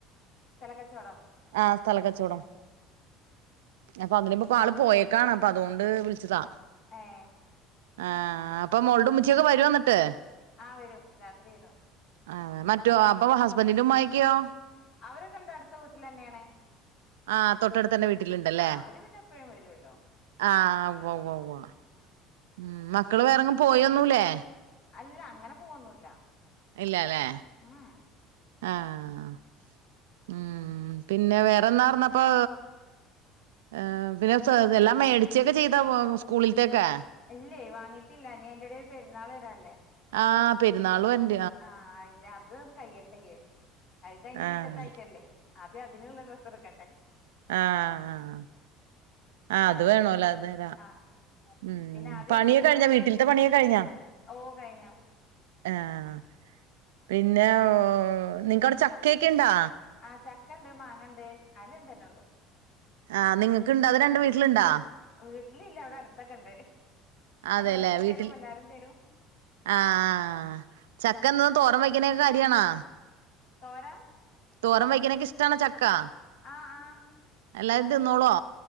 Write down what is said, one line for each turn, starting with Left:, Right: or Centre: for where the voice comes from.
Left: സ്ഥല കച്ചവടമോ
Right: ആഹ സ്ഥലക്കച്ചവടം അപ്പൊ അതിപ്പൊ ആള് പോയേക്കാണ് അപ്പൊ അതുകൊണ്ട് വിളിച്ചതാ
Left: ഏഹ്
Right: ആഹ് അപ്പൊ മോള്ടെ ഉമ്മച്ചിയൊക്കെ വരോന്നെട്ട്
Left: ആഹ് വരും രാത്രി വരും
Right: ആ മറ്റോ അപ്പൊ ഹസ്ബന്റിന്റെ ഉമ്മായൊക്കെയോ
Left: അവരൊക്കെണ്ട് അട്ത്ത വീട്ടിലെന്ന്യാണ്
Right: ആഹ് തൊട്ടടുത്തെന്നെ വീ ട്ട്ല്ണ്ടല്ലേ
Left: അവര് പിന്നെ എപ്പഴും വരുവല്ലോ
Right: ആഹ് ഉവ്വ് ഉവ്വ് ഉവ്വാ
Left: ഉം ഉം
Right: മ്മ് മക്കള് വേറെങ്ങും പോയൊന്നുല്ലേ
Left: അല്ല അങ്ങനെ പോവൊന്നുല്ല
Right: ഇല്ലലേ
Left: മ്മ് മ്മ്
Right: ആഹ് ഉം പിന്നെ വേറെന്നാറ്ന്നപ്പൊ ഏഹ് പിന്നെ സ എല്ലാം മേടിച്ചൊക്കെ ചെയ്തൊ സ്കൂളില്ത്തെക്കെ
Left: ഇല്ലേ വാങ്ങിട്ടില്ല ഇനി അയിന്റെടേല് പെര്ന്നാള് വരാല്ലേ
Right: ആഹ് പെര്ന്നാള് വര്
Left: ആഹ് ഇഞ്ഞത് കയ്യട്ടെ വിചാര്ച്ച് അത് ഇതഴിഞ്ഞ് പിറ്റത്ത
Right: ആഹ്
Left: ആഴ്ച്ചല്ലേ ആദ്യം അതിന്ള്ള ഡ്രസ്സ്ട്ക്കട്ടെ
Right: ആഹ് ആഹ് ആഹ് ആഹ് അത് വേണോല്ലോ അതെ താ
Left: ആഹ്
Right: ഉം
Left: പിന്നെ ആദ്യം
Right: പണിയൊക്കെ
Left: സ്കൂൾ
Right: കഴിഞ്ഞോ
Left: തുറക്കണ
Right: വീട്ടില്ത്തെ പണിയൊക്കെ കഴിഞ്ഞോ
Left: ഓ കഴിഞ്ഞു
Right: ആഹ് പിന്നെ <unintelligible> നിങ്ങക്ക്വ്ടെ ചക്കയ്ക്ക്‌ണ്ടോ
Left: ആഹ് ചക്കണ്ട് മാങ്ങണ്ട് ആ രണ്ടെന്നൊള്ളൂ
Right: ആഹ് നിങ്ങക്ക്ണ്ടോ അത് രണ്ടും വീട്ടില്ണ്ടോ
Left: വീട്ടിലില്ല ഇവടെ അടുത്തൊക്കെ ഇണ്ട് അങ്ങനെ
Right: അതെല്ലേ
Left: ഓരൊക്കെ
Right: വീട്ടിൽ
Left: തരും എല്ലാരും തരും
Right: ആഹ് ചക്ക എന്നും തോരം വയ്ക്കണേക്കരിയണാ
Left: തോരം
Right: തോരം വെയ്ക്കണെക്കെ ഇഷ്ട്ടാണോ ചക്കാ
Left: ആഹ് ആഹ്
Right: എല്ലാരും തിന്നോളോ